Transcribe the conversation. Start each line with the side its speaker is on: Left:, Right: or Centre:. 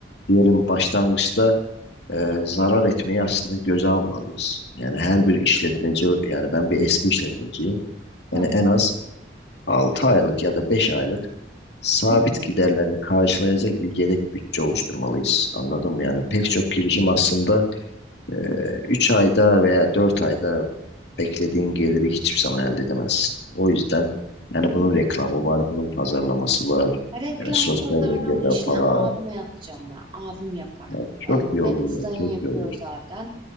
Left: diyelim başlangıçta e, zarar etmeyi aslında göze almalıyız. Yani her bir işletmeci, yani ben bir eski işletmeciyim. Yani
Right: hı hı
Left: en az 6 aylık ya da 5 aylık sabit
Right: hı hı.
Left: giderlerini karşılayacak bir yedek bütçe oluşturmalıyız. Anladın mı? Yani pek çok girişim aslında Ee, Üç ayda veya 4 ayda beklediğin geliri hiçbir zaman elde edemezsin. O yüzden yani
Right: hı
Left: bunun
Right: hı.
Left: reklamı var, bunun pazarlaması var.
Right: Reklam
Left: Yani sosyal
Right: pazarlama
Left: medyada
Right: işini
Left: falan.
Right: abime yatacağım ben. Abim yapar.
Left: Ya çok
Right: Ee,
Left: iyi
Right: web
Left: olur
Right: dizayn
Left: ya, çok
Right: yapıyor
Left: iyi olur.
Right: zaten.